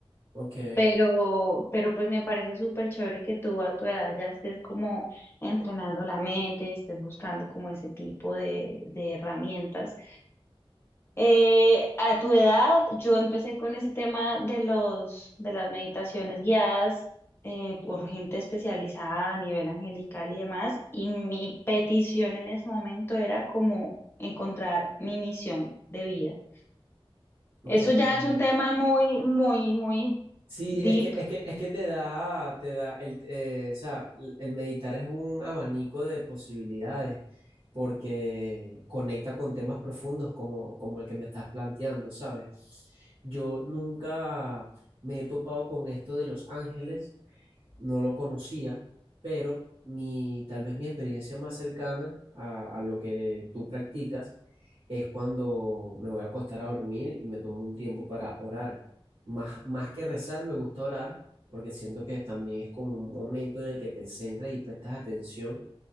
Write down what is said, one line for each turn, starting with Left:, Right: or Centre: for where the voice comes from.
Right: ok,
Left: pero, pero pues me parece súper chévere que tú a tu edad ya estés como entrenando la mente, estés buscando como ese tipo de, de herramientas. Eh, a tu edad, yo empecé con ese tema de los, de las meditaciones guiadas eh, por gente especializada a nivel angelical y demás, y mi petición en ese momento era como encontrar mi misión de vida.
Right: lo
Left: Eso
Right: comprendo.
Left: ya es un tema muy, muy, muy
Right: Sí,
Left: deep.
Right: es que, es que, es que te da, te da el, eh, o sea, l- el meditar es un abanico de posibilidades porque conecta con temas profundos como, como el que me estás planteando, ¿sabes? Yo nunca me he topado con esto de los ángeles, no lo conocía, pero mi, tal vez mi experiencia más cercana a, a lo que tú practicas es cuando me voy a acostar a dormir y me tomo un tiempo para orar. Más, más que rezar, me gusta orar porque siento que también es como un momento en el que te centras y prestas atención